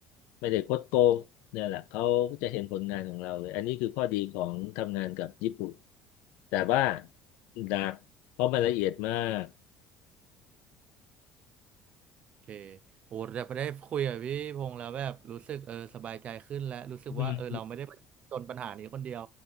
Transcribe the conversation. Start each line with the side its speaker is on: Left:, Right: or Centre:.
Left: ไม่ได้คดโกงเนี่ยแหละเขาก็จะเห็นผลงานของเราเลยอันนี้คือข้อดีของทำงานกับญี่ปุ่นแต่ว่าหนักเพราะมันละเอียดมาก
Right: โอเคโอ้แต่พอได้คุยกับพี่พงษ์แล้วแบบรู้สึกเออสบายใจขึ้นแล้วรู้สึกว่าเออเราไม่ได้จนปัญหานี้คนเดียว
Left: อืม